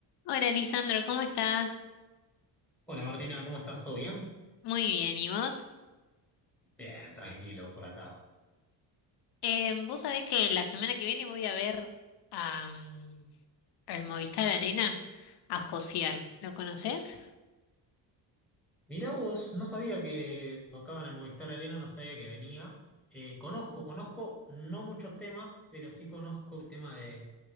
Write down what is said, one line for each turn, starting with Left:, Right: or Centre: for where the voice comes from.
Left: Hola, Lisandro, ¿cómo estás?
Centre: Hola Martina, ¿cómo estás? ¿Todo bien?
Left: Muy bien, ¿y vos?
Centre: Bien, tranquilo por acá.
Left: Eh, vos sabés que la semana que viene voy a ver a, mm, al Movistar Arena a Josier. ¿Lo conoces?
Centre: Mirá vos, no sabía que tocaban el Movistar Arena, no sabía que venía. Eh, conozco, conozco no muchos temas, pero sí conozco el tema de